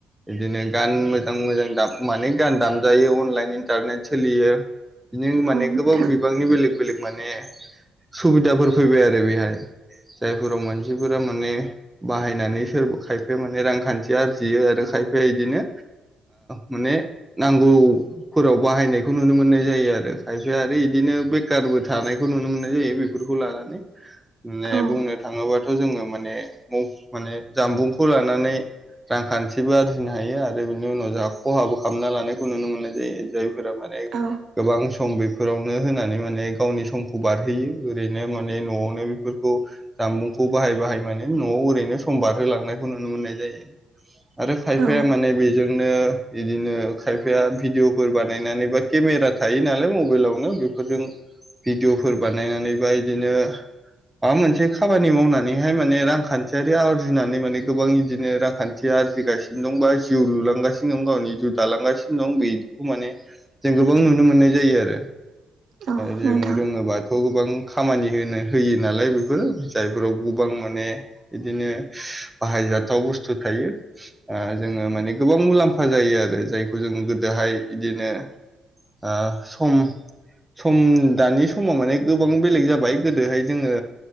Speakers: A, in the centre; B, on the right.
A: बिदिनो गान मोजां-मोजां दाम माने गान दामजायो अनलाइन इन्टारनेट सोलियो बिदिनो माने
B: औ
A: गोबां
B: नोंथां
A: बिबांनि बेलेग-बेलेग माने सुबिदाफोर फैबाय आरो बेहाय जायफोराव मानसिफोरा माने बाहायनानै सोरबा खायफाया माने रांखान्थि आरजियो आरो खायफाया बिदिनो माने नांगौफोराव बाहायनायखौ नुनो मोननाय जायो आरो खायफाया आरो बेदिनो बेखार फोरबो थानायखौ नुनो मोननाय जायो बेफोरखौ लानानै माने
B: औ
A: बुंनो थाङोबाथ' जोङो माने माने जामबुंखौ लानानै रांखान्थिबो आरजिनो हायो आरो बिनि उनाव जोंहा खहाबो खालामना लानायखौ नुनो मोननाय जायो जाय जायफोरा माने
B: औ
A: गोबां सम बेफोरावनो होनानै माने गावनि समखौ बारहोयो ओरैनो माने न'आवनो बेफोरखौ जामबुंखौ बाहाय-बाहाय माने न'आव ओरैनो सम बारहोलांनायखौ नुनो मोननाय जायो आरो खायफाया
B: औ
A: माने बेजों बिदिनो खायफाया भिडिअफोर बानायनानै बा केमेरा थायो नालाय मबाइलावनो बेफोरजों भिडिअफोर बानायनानै बा बिदिनो माबा मोनसे खामानि मावनानैहाय माने रां रांखान्थियारि आरजिनानै माने गोबां बिदिनो रांखान्थि आरजिगासिनो दंबा जिउ लुलांगासिनो दं गावनि जिउ दालांगासिनो दं बेखौ माने जों गोबां नुनो मोननाय जायो आरो
B: औ
A: जों
B: नोंथां
A: रोङोबाथ' गोबां खामानि होनो होयो नालाय बेफोरो जायफोराव गोबां माने बिदिनो बाहायजाथाव बुस्थु थायो जोङो माने गोबां मुलाम्फा जायो आरो जायखौ जोङो गोदो बेहाय बिदिनो ओ सम सम दानि समा माने गोबां बेलेग जाबाय गोदोहाय जोङो